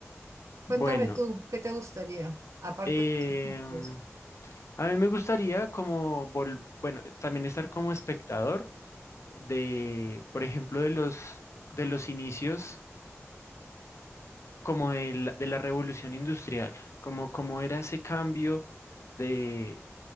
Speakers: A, on the right; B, on the left.
A: Cuéntame
B: Bueno.
A: tú, ¿qué te gustaría? Aparte
B: em,
A: de los ojitos.
B: A mí me gustaría como, vol- bueno, también estar como espectador de, por ejemplo, de los, de los inicios como de la, de la revolución industrial, como, como era ese cambio de,